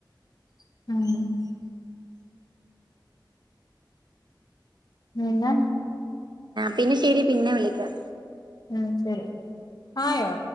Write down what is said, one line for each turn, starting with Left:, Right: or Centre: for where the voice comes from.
Left: <unintelligible> <unintelligible>
Right: പിന്നാ ശെരി പിന്നെ വിളിക്കാം.
Left: <unintelligible> ആയോ